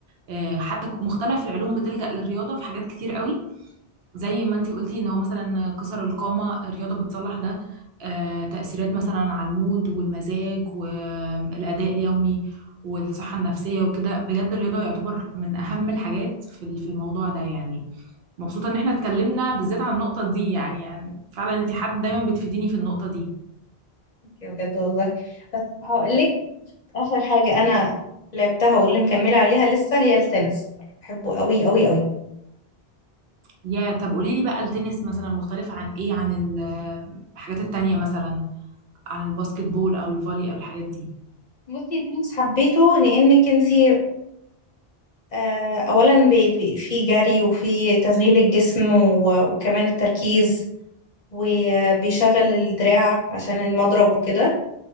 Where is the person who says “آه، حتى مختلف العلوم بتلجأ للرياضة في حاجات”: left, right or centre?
Right